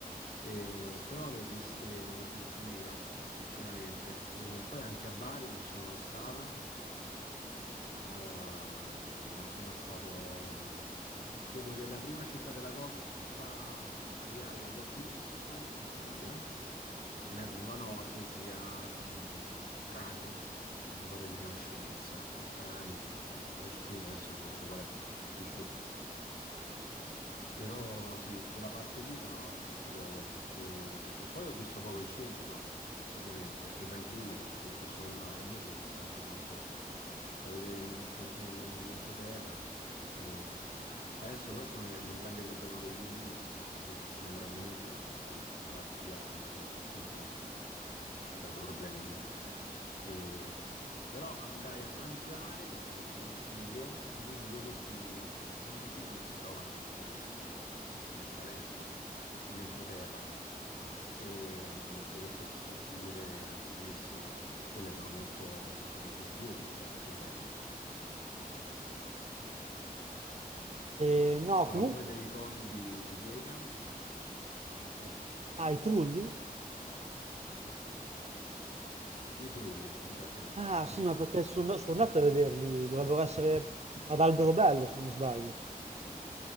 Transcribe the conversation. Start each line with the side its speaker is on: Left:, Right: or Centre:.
Left: E- però le ho viste, le ho viste meno, sinceramente. E poi anche a Bari non sono mai stato. Ehm, non sono stato, credo che la prima città della costa adriatica che ho visto in Puglia, venendo da nord, sia mh, Trani, non vorrei dire una scemenza, Trani o, o Stuni, adesso non mi ricordo qual è più su. Però sì, quella parte lì la- l'ho vista poco. E, e poi ho visto poco il centro, ovviamente, perché vai in Puglia, pensi che c'è solo il mare, invece ci sta anche tanto da vedere nel ce- nelle- nell'entroterra. E adesso poi stanno vivendo un grande problema con gli ulivi, che ne stanno morendo molti per questa malattia che appunto sta dando problemi lì. Ehm, però andai a mangiare, cosa che ti consiglio, in uno di quei posti tipici che si trovano proprio nella- nel Salento, nell'entroterra, ehm, dentro queste strutture antichissime. Quelle sono molto, molto suggestive, si mangia molto bene.
Right: Eh, no,
Left: Sono
Right: comunque,
Left: come dei coni di, di pietra, sì,
Right: ah, i trulli?
Left: i trulli, esattamente,
Right: Ah,
Left: sì,
Right: sì,
Left: sì.
Right: ma perché sono, sono andato a vederli, dovrebbero essere ad Alberobello, se non sbaglio.